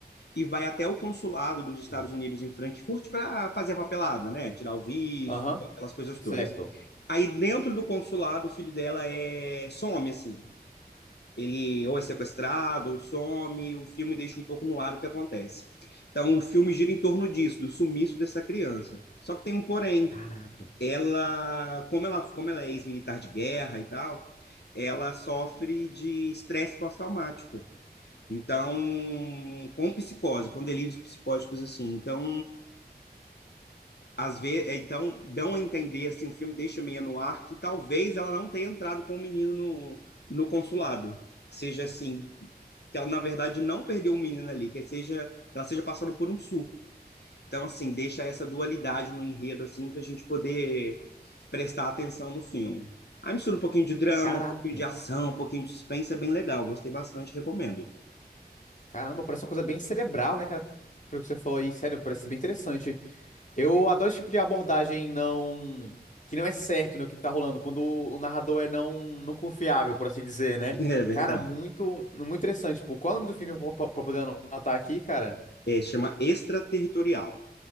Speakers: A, on the left; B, on the left.
A: e vai até o consulado dos Estados
B: Hum.
A: Unidos em Frankfurt para fazer a papelada, né? Tirar o visto,
B: Aham,
A: aquelas coisas
B: certo.
A: todas. Aí dentro do consulado, o filho dela é some, assim. Ele ou é sequestrado, ou some, o filme deixa um pouco no ar o que acontece. Então o filme gira em torno disso, do sumiço dessa criança. Só que tem um porém.
B: Caraca.
A: Ela, como ela, como ela é ex-militar de guerra e tal, ela sofre de estresse pós-traumático. Então, com psicose, com delírios psicóticos assim. Então, às vezes, então dão a entender assim, o filme deixa meio no ar que talvez ela não tenha entrado com o menino no, no consulado, que seja assim, que ela na verdade não perdeu o menino ali, que seja que ela seja passando por um surto. Então assim, deixa essa dualidade no enredo assim para a gente poder prestar atenção no filme. Aí mistura um pouquinho de drama,
B: Caraca.
A: um pouquinho de ação, um pouquinho de suspense, é bem legal, gostei bastante, recomendo. <laughs>
B: Caramba, parece uma coisa bem cerebral, né, cara? Pelo que você falou aí, sério, parece bem interessante. Eu adoro esse tipo de abordagem não. que não é certo, né, o que que tá rolando, quando o narrador é não, não confiável, por assim dizer, né?
A: É verdade.
B: Cara, muito, muito interessante. Tipo, qual é o nome do filme pra, pra pra poder anotar aqui, cara?
A: É, chama Extraterritorial,